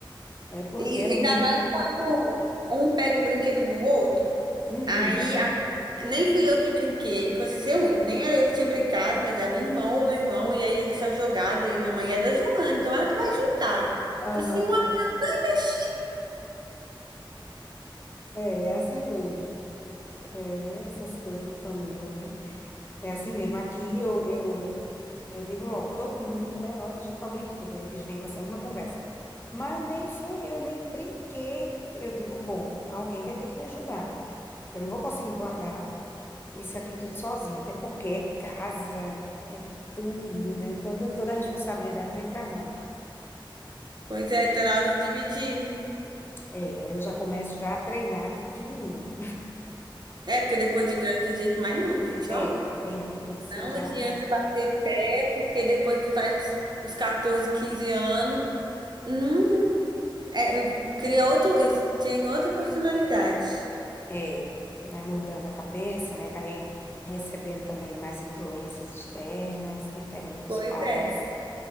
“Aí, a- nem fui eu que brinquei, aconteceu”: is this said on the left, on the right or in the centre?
Right